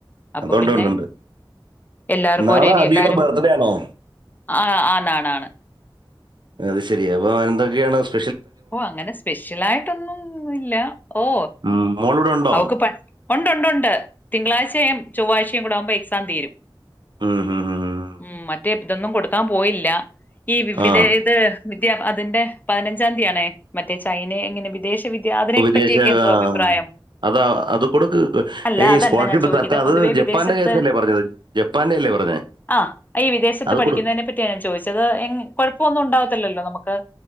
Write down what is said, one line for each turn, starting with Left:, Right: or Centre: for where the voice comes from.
Left: അപ്പൊ
Right: അതൊണ്ട്
Left: പിന്നെ
Right: ഉണ്ട്ണ്ട്
Left: എല്ലാവർക്കും
Right: നാളെ
Left: ഒരേ രീതി
Right: അബിയുടെ
Left: എല്ലാരും
Right: ബർത്ത്ഡേ ആണോ?
Left: ആ ആണാണാണ്
Right: അത് ശരിയ അപ്പൊ എന്തൊക്കെയാണ് സു
Left: ഓ അങ്ങനെ സ്പെഷ്യൽ ആയിട്ടൊന്നും ഇല്ല ഓ
Right: ഉം, മോളിവിടെ ഉണ്ടോ
Left: അവക് ഉണ്ടണ്ട്ണ്ട് തിങ്കളാഴ്ചയും ചൊവ്വാഴ്ചയും കൂടെ ആകുമ്പോ എക്സാം തീരും.
Right: മ്മ്ഹഹ്, ഹഹ്, ഹഹ്
Left: ഉം മറ്റേ ഇതൊന്നും, കൊടുക്കാൻ, പോയില്ല.. <inaudible>
Right: ആ
Left: വിദ്യ അതിന്റെ പതിനഞ്ചാം തീയണേ മറ്റേ ചൈനയെ എങ്ങനെ വിദേശ വിദ്യ അതിനെ
Right: വിദേശ
Left: പറ്റിയൊക്കെ എന്തോ
Right: ആ,
Left: അഭിപ്രായം
Right: അതാ അത് കൊടുക്ക്
Left: അല്ല
Right: ഈ
Left: അതല്ല
Right: സ്കോളർഷിപ്പ്
Left: ഞാൻ ചോദിക്കുന്നത്
Right: സർക്കാർ
Left: പൊതുവെ
Right: അത് ജപ്പാന്റെ
Left: വിദേശത്ത്
Right: കേസല്ലേ പറഞ്ഞത്.. ജപ്പാന്റെ അല്ലേ പറഞ്ഞേ..
Left: ആ, ഈ വിദേശത്ത്
Right: അത്
Left: പഠിക്കുന്നതിനെ
Right: കൊടുക്ക്
Left: പറ്റിയാ ഞാൻ ചോദിച്ചത് എ കൊഴപ്പമൊന്നും ഉണ്ടാവത്തില്ലല്ലോ നമുക്ക്